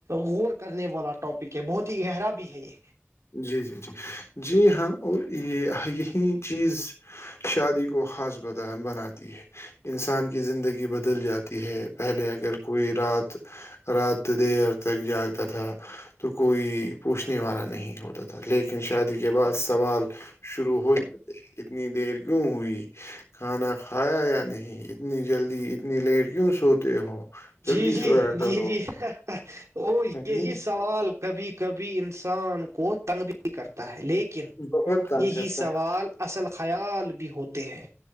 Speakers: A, on the right; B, on the left.
A: غور کرنے والا ٹاپک ہے بہت ہی گہرا بھی ہے یہ
B: جی جی جی جی ہاں اور یہ یہی چیز شادی کو خاص بتا بناتی ہے انسان کی زندگی بدل جاتی ہے پہلے اگر کوئی رات رات دیر تک جاگتا تھا تو کوئی پوچھنے والا نہیں <unintelligible> ہوتا تھا لیکن شادی کے بعد سوال شروع ہو جاتے ہیں اتنی دیر کیوں ہوئی کھانا کھایا یا نہیں اتنی جلدی اتنی لیٹ کیوں سوتے ہو جلدی
A: جی جی
B: سویا
A: جی
B: کرو،
A: جی ا <unintelligible> اور
B: کہنا
A: یہی سوال کبھی کبھی انسان کو تنگ بھی کرتا ہے لیکن
B: بہت تنگ
A: یہی
B: کرتا
A: سوال
B: ہے۔
A: اصل خیال بھی ہوتے ہیں